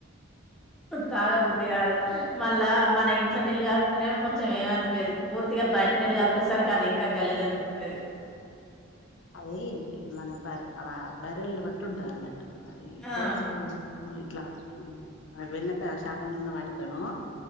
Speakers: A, in the centre; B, on the left.
A: తాగబుద్ది కాదు. మళ్ళా మన ఇంట్లో నీళ్లు కల్పుతనేమొ కొంచెం ఏమన్పియదు. పూర్తిగ బయట్ నీళ్ళు కలిపేసరికి అది ఇంక్ కా గలీస్ అనిపిత్తది.
B: అదీ మన బర అవా బర్రెల్ని బట్ ట్టుంటది అన్నట్టు. అదీ
A: ఆ
B: కొవ్వూ అట్లా వెన్న త శాతం ఉన్న వాటికేమో,